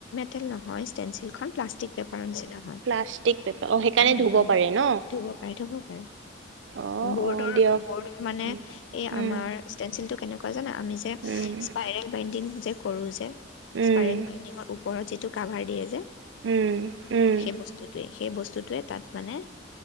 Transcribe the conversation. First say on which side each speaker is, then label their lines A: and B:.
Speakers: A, on the left; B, on the right.
A: হেল নহয় ষ্টেনচিল খখন প্লাষ্টিক বেপাৰৰচিনা হয়।
B: প্লাষ্টিক পেপাৰ অ সেইকাৰণে
A: উম-উম
B: ধুব পাৰে ন
A: ধুব পাৰে ধুব পাৰে
B: অ
A: বৰ্ডৰ-বৰ্ডৰ
B: অ দিয়ক
A: মানে
B: উম
A: এই
B: উম
A: আমাৰে। টো কেনেুৱা জানা আমি যে
B: উম
A: স্পাইৰেল বাইণ্ডিং যে কৰোঁ যে
B: উম
A: স্পাইৰেল মাইনিৰ'। ওপৰত যিটো কাভাৰ দিয়ে যে'।
B: উম-উম
A: সেই বস্তুটোৱে সেই বস্তুটোৱে তাত মানে